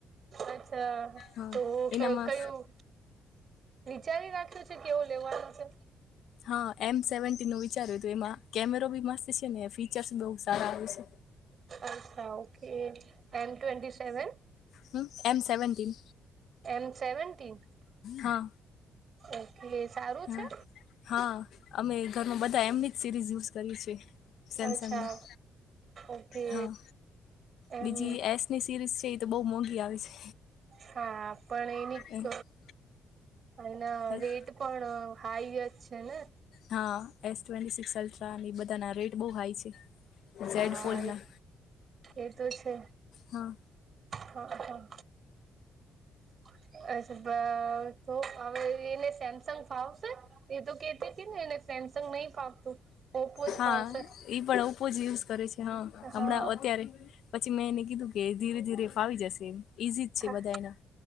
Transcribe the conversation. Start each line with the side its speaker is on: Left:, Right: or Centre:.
Right: અચ્છા
Left: હા
Right: તો કયું-કયું
Left: એનામાં
Right: વિચારી રાખ્યું છે કેવો લેવાનો છે?
Left: હા એમ સેવન્ટીનનું વિચાર્યું તું એમાં કેમેરો બી મસ્ત છે ને, આ ફીચર્સ બહુ સારા આવે છે.
Right: અચ્છા ઓકે એમ ટ્વેન્ટી સેવન?
Left: હમ એમ સેવન્ટીન
Right: એમ સેવન્ટીન
Left: હા
Right: ઓકે સારું
Left: હા
Right: છે.
Left: હા અમે ઘરમાં બધા એમની જ સીરીઝ યુઝ કરીએ છે. સેમસંગમાં,
Right: અચ્છા ઓકે
Left: હા
Right: એમ
Left: બીજી એસની સિરીઝ છે ઈ તો બહુ મોંઘી આવે છે.
Right: હા. પણ એનીક
Left: એ
Right: એના
Left: એસ
Right: રેટ પણ હાઈ જ છે ને?
Left: હા. એસ ટ્વેન્ટી સિક્સ અલ્ટ્રાને ઈ બધાના રેટ બહુ હાઈ છે. ઝેડ
Right: હાએ
Left: ફોલ્ડના
Right: એતો છે.
Left: હા
Right: હા, હા. <unintelligible> તો હવે એને સેમસંગ ફાવશે? એ તો કેતી તી ને એને સેમસંગ નહીં ફાવતું. ઓપ્પો જ
Left: હા.
Right: ફાવશે
Left: ઈ પણ ઓપો જ યુઝ કરે છે, હા
Right: હા
Left: હમણાં અત્યારે. પછી મેં એને કીધું કે ધીરે ધીરે ફાવી જશે. ઈઝી જ છે
Right: હા
Left: બધા એના